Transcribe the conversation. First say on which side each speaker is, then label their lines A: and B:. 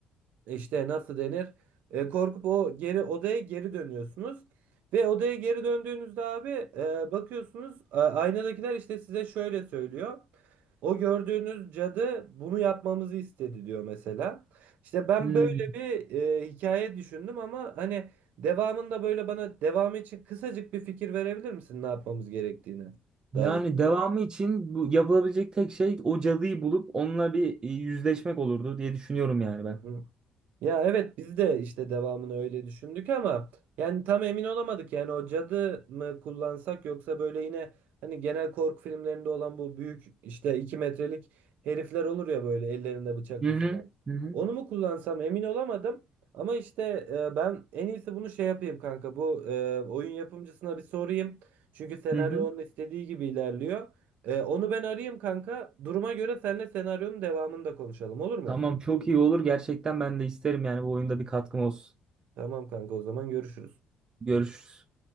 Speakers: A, on the right; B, on the right.
A: İşte nasıl denir? E, korkup o geri odaya geri dönüyorsunuz. Ve odaya geri döndüğünüzde abi e, bakıyorsunuz a- aynadakiler işte size şöyle söylüyor. O gördüğünüz cadı bunu yapmamızı istedi diyor mesela. İşte ben
B: hı.
A: böyle bir e, hikaye düşündüm ama hani devamında böyle bana devamı için kısacık bir fikir verebilir misin ne yapmamız gerektiğine
B: Yani
A: dair?
B: devamı için bu yapılabilecek tek şey o cadıyı bulup onunla bir e, yüzleşmek olurdu diye düşünüyorum yani ben.
A: Hı hı. Ya evet biz de işte devamını öyle düşündük ama yani tam emin olamadık. Yani o cadı mı kullansak yoksa böyle yine hani genel korku filmlerinde olan bu büyük işte 2 metrelik herifler olur ya böyle ellerinde bıçaklı
B: Hı hı.
A: falan.
B: Hı hı.
A: Onu mu kullansam emin olamadım. Ama işte e, ben en iyisi bunu şey yapayım kanka. Bu e, oyun yapımcısına bir sorayım. Çünkü senaryo
B: Hı hı.
A: onun istediği gibi ilerliyor. E, onu ben arayayım kanka. Duruma göre seninle senaryonun devamını da konuşalım olur mu?
B: Tamam çok iyi olur. Gerçekten ben de isterim yani bu oyunda bir katkım olsun.
A: Tamam kanka o zaman görüşürüz.
B: Görüşürüz.